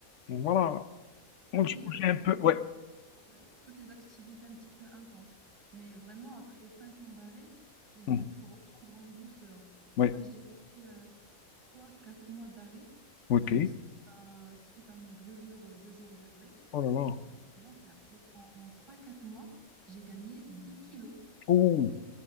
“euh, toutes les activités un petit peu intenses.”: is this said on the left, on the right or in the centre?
Centre